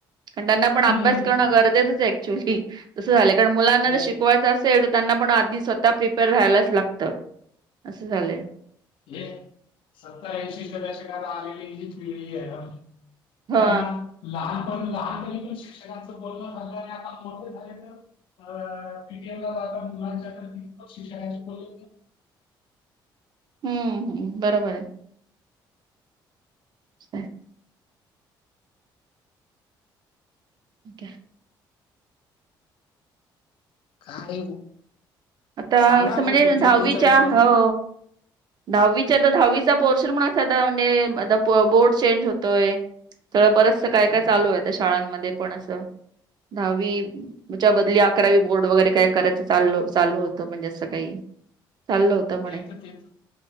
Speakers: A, on the right; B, on the left.
A: कारण त्यांना पण अभ्यास
B: हम्म हम्म
A: करणं
B: हम्म
A: गरजेचंच ऍक्च्युअली तसं झालं कारण मुलांना
B: हम्म. हम्म
A: शिकवायचं.
B: हम्म.
A: त्यांना पण आधी स्वतः प्रिपेअर राहायलाच लागत असं झालंय
B: हे सत्तरऐंशीच्या दशकाला आलेली जी पिढी आहे.
A: हा
B: त्यांना लहानपण लहानपणीतून शिक्षकांचं बोलणं झालं आणि आता मोठे झाले. अ पीटीएम ला जा मुलांच्या प्रतीचं शिक्षणाची बवी
A: हम्म हम् बरोबर आहे. अ. अठीक
B: काय
A: आता
B: सांगा
A: असं
B: अजून
A: म्हणजे
B: तुमचं
A: दहावीच्या
B: तुमच्या याच्यावरती
A: हो दहावीच्या तर दहावीचा पोर्शन म्हणून असा म्हणजे आता बोर्ड चेंज होतोय. सगळं बरचस काय
B: हम्म,
A: काय चालू आहे. शाळांमध्ये पण असं दहावीच्या बदली अकरावी बोर्ड वगैरे काय करायचं चालो. चालू होत म्हणजे असं काही चाललं होत म्हणे
B: तेच तेच